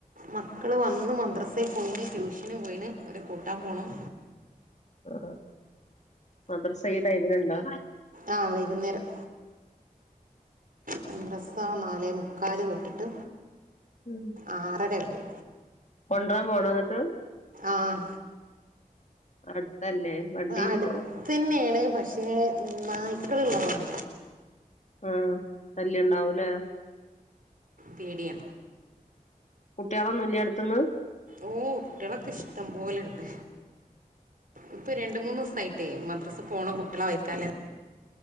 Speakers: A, on the right; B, on the left.
A: മക്കള് വന്ന് മദ്രസയിൽ പോയിന് ട്യൂഷന് പോയിന് അവരെ കൂട്ടാൻ പോകണം.
B: ആഹ് മദ്രസ ഈ ടൈമില്ണ്ടോ?
A: ആഹ് വൈകുന്നേരം. മദ്രസാ നാലേ മുക്കാല് തൊട്ടിട്ട്.
B: ഉം.
A: ആറര വരെ.
B: കൊണ്ട്റാം പോണോ ന്നിട്ട്
A: ആഹ്.
B: അടുത്തല്ലേ വണ്ടീട്ട്
A: അടുത്ത
B: പോ
A: തന്നെയാണ് പക്ഷേ നായ്ക്കള ഉള്ളത കൊണ്ട
B: ആഹ് ശല്യ ഉണ്ടാവൂലേ
A: പേഡിയ
B: കുട്ടികളോന്നല്യ അടുത്തന്ന്
A: ഓ കുട്ടികളൊക്കെ ഇഷ്ടം പോലെണ്ട് ഇപ്പൊ രണ്ട മൂന്ന് ദിവസയി തെ മദ്രസ് പോണ കുട്ടള വായിത്തല